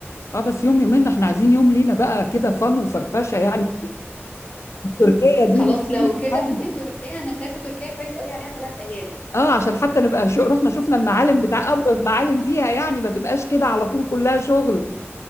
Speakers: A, on the left (about 75°); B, on the left (about 30°).
A: اه بس يوم يومين احنا عايزين يوم لينا بقى كده فن وفرفشة يعني تركيا دي
B: خلاص
A: مش
B: لو
A: أي
B: كده
A: حاجة.
B: ممكن تركيا انا شايفه تركيا كويس قوي عليها ثلاث ايام
A: اه عشان حتى نبقى شو رحنا شفنا المعالم بتاع ابرز معالم فيها يعني ما تبقاش كده على طول كلها شغل